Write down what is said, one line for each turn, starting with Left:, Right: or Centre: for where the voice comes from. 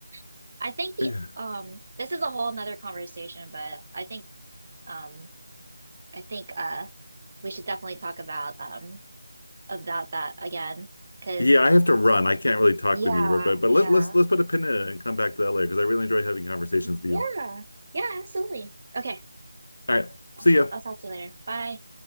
Right: <laughs> I think the
Left: yeah.
Right: um this is a whole nother conversation, but I think um I think uh we should definitely talk about um about that again. Cause
Left: Yeah, I have to run. I can't really talk
Right: yeah,
Left: with you, but but
Right: yeah.
Left: let's let's let's put a pin in it and come back to that later because I really enjoy having conversations with
Right: Yeah.
Left: you.
Right: Yeah, absolutely. Okay.
Left: All right.
Right: I'll
Left: See ya.
Right: I'll talk to you later. Bye.